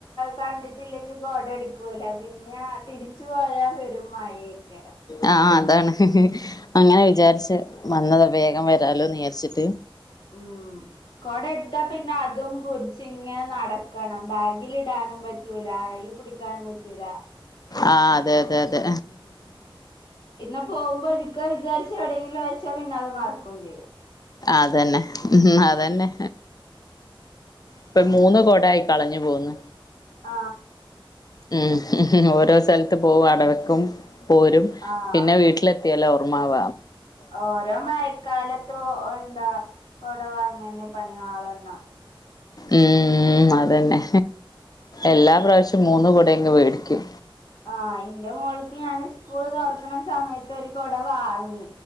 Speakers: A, on the left (about 65°); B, on the left (about 45°).
A: കണ്ടിട്ടില്ലെങ്കിൽ കൊട എടുക്കുല. പിന്നെ തിരിച്ചു പോരാൻ പെരും മഴേ. കെരം.
B: ആ, ആ, അതാണ്. അങ്ങനെ വിചാരിച്ച് വന്നതാ, വേഗം വരാലോ വിജാരിച്ചിട്ട്.
A: ഉം. കൊട എടുത്താ പിന്നെ അതു പുട് ച്ച് ഇങ്ങനെ നടക്കണം ബാഗിലിടാനും പറ്റൂല കൈ പിടിക്കാനും പറ്റൂല.
B: ആ, അതെ, അതെ, അതെ.
A: പിന്നെ പോവുമ്പോ എടുക്കാ വിചാരിച്ച് എവിടെയെങ്കിലും വെച്ചാൽ പിന്നെ അത് മറക്കും ചെയ്യും.
B: അതന്നെ, ഉം അതന്നെ. ഇപ്പോ മൂന്ന് കൊടായി കളഞ്ഞു പോന്ന്.
A: ആ.
B: ഉം.
A: അതാണ്
B: ഓരോ സ്ഥലത്ത് പോകും. അടവെക്കും പോരും
A: ആ
B: പിന്നെ വീട്ടിലെ ത്തിയാലാ ഓർമാവ.
A: ഓരോ മഴക്കാലത്തോ എന്താ കൊട വാങ്ങനെയ് പണിയാളെണ്ണം.
B: ഉം, അതന്നെ എല്ലാ പ്രാവശ്യം മൂന്ന് കൂടയെങ്ങും വേടിക്കും.
A: ആ, ഇന്റെ മോൾക്ക് ഞാന് സ്കൂൾ തുറക്കണ സമയത്തൊരു കൊട വാങ്ങി.